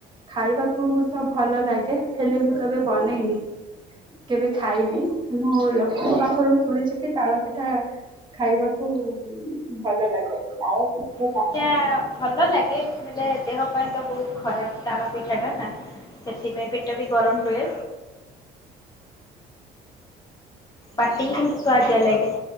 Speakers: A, on the right; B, on the left.
A: ଖାଇବାକୁ ତ ଭଲ ଲାଗେ, ହେଲେ ମୁଁ କେବେ ବନେଇନି? କେବେ ଖାଇନି? ମୁଁ ଲୋକଙ୍କ ପାଖରୁ ଶୁଣିଛି କି ତାଳ ପିଠା ଖାଇବାକୁ ଭଲ ଲାଗେ। ତାଳ ପିଠାର
B: ସେଇଟା
A: କାକରା ପି
B: ଭଲ ଲାଗେ ହେଲେ, ଦେହ ପାଇଁ ତ ବହୁତ ଖରାପ ତାଳ ପିଠା ଟା ନା। ସେତ୍ ଥିପାଇଁ ପେଟ ବି ଗରମ ରୁହେ। ପାଟିିକି କିନ୍ତୁ ସୁୁଆଦିଆ ଲାଗେ।